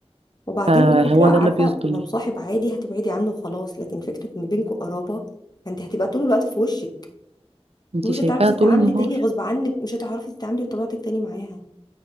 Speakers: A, on the left (about 40°); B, on the right (about 65°).
A: وبعدين
B: فهو
A: الفكره عارفه
B: ده اللي بيصدم
A: لو صاحب عادي هتبعدي عنه خلاص لكن فكره ان بينكوا قرابه فانت هتبقى طول الوقت في وشك
B: انت
A: مش
B: شايفاها
A: هتعرفي
B: طول
A: تتعاملي
B: النهار
A: تاني غصب عنك مش هتعرفي تتعاملي بطبيعتك تاني معاها